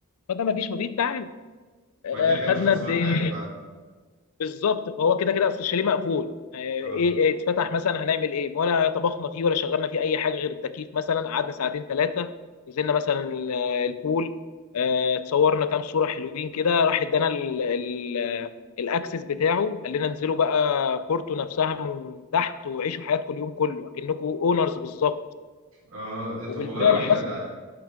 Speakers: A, on the left; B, on the right.
A: ما دام ما فيش مبيت تعال آه،
B: ما كده كده
A: خدنا
B: مش خسران
A: قد ايه
B: حاجة فعلا
A: بالظبط فهو كده كده اصل الشاليه مقفول آه، ايه
B: اه
A: إيه اتفتح مثلا هنعمل ايه ولا طبخنا فيه ولا شغلنا فيه اي حاجه غير التكييف مثلا قعدنا ساعتين ثلاثه نزلنا مثلا ال- البول آه، اتصورنا كام صوره حلوين كده راح ادانا ال- ال- الاكسس بتاعه قال لنا انزلوا بقى بورتو نفسها من تحت وعيشوا حياتكم اليوم كله اكنكم اونرز بالظبط
B: اه إيه طب
A: وبالفعل
B: والله راجل
A: حصل
B: جدع